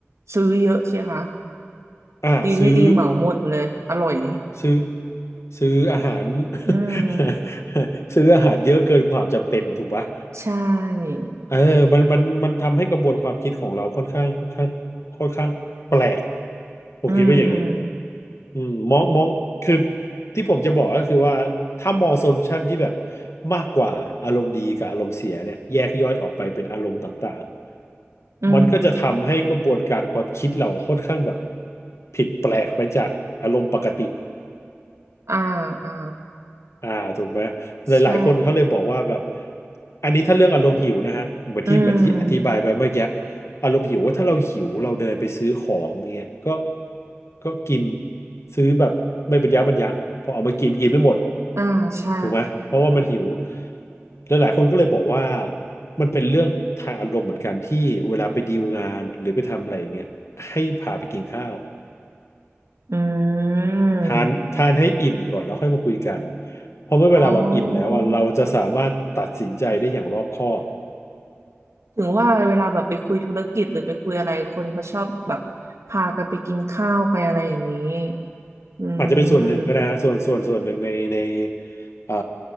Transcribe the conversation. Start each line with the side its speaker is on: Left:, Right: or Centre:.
Right: ซื้อเยอะสิคะ
Left: อ่าซื้อ
Right: ดีไม่ดีเหมาหมดเลยอร่อย
Left: ซื้อซื้ออาหาร
Right: อืม
Left: <laughs> ซื้ออาหารเยอะเกินความจำเป็นถูกปะ
Right: ใช่
Left: เออมันมันมันทำให้กระบวนความคิดของเราค่อนข้างค่อนข้างค่อนข้างแปลกผมคิดว่าอย่างนี้
Right: อืม
Left: อืมมองมองคือที่ผมจะบอกก็คือว่าถ้ามองโซลูชันที่แบบมากกว่าอารมณ์ดีกับอารมณ์เสียเนี่ยแยกย่อยออกไปเป็นอารมณ์ต่างๆมันก็จะทำให้กระบวนการความคิดเราค่อนข้างแบบ
Right: อืม
Left: ผิดแปลกไปจากอารมณ์ปกติ
Right: อ่าอ่า
Left: อ่าถูกไหมหลายหลายคนเขาเลยบอกว่าแบบ
Right: ใช่
Left: อันนี้ถ้าเรื่องอารมณ์หิวนะฮะเหมือนที่เหมือนที่อธิบายไปเมื่อกี้
Right: อืม
Left: อารมณ์หิวว่าถ้าเราหิวเราเดินไปซื้อของเงี้ยก็ก็กินซื้อแบบไม่บรรยะบรรยังพอเอามากินกินไม่หมด
Right: อ่าใช่
Left: ถูกไหมเพราะว่ามันหิวแล้วหลายคนก็เลยบอกว่ามันเป็นเรื่องทางอารมณ์เหมือนกันที่เวลาไปดีลงานหรือไปทำอะไรอย่างเงี้ยให้พาไปกินข้าว
Right: อืม
Left: ทานทานให้อิ่มก่อนแล้วค่อยมาคุยกัน เพราะเมื่อเวลาเราอิ่มแล้วอะเราจะสามารถตัดสินใจได้อย่างรอบคอบ
Right: อ๋อ ถึงว่าเวลาแบบไปคุยธุรกิจหรือไปคุยอะไรคนเขาชอบแบบพากันไปกินข้าวไปอะไรอย่างนี้อื
Left: อาจจะเป็นส่วนหนึ่งก็ได้ฮะส่วนส่วนส่วนหนึ่งในใน
Right: ม
Left: เอ่อ